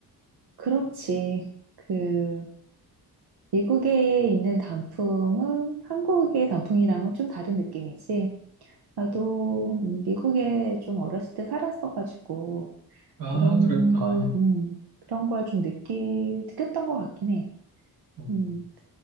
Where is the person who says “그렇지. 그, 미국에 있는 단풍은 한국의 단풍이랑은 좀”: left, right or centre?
Right